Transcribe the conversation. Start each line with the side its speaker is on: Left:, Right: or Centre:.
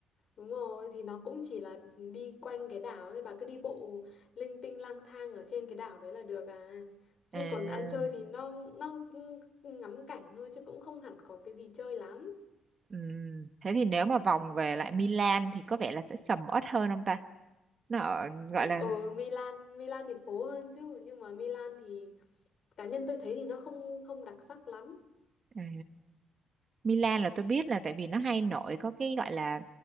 Left: đúng rồi. Thì nó cũng chỉ là đi quanh cái đảo thôi. Bà cứ đi bộ linh tinh lang thang ở trên cái đảo đấy là được à. Chứ
Right: À,
Left: còn ăn chơi thì nó nó ngắm cảnh thôi chứ cũng không hẳn có cái gì chơi lắm.
Right: ừm, Thế thì nếu mà vòng về lại Milan thì có vẻ là sẽ sầm uất hơn không ta? Nó ở, gọi là
Left: Ở Milan, Milan thì phố hơn chứ nhưng mà Milan thì cá nhân tôi thấy thì nó không không đặc sắc lắm
Right: à, Milan
Left: Ừ.
Right: là tôi biết là tại vì nó hay nổi có cái gọi là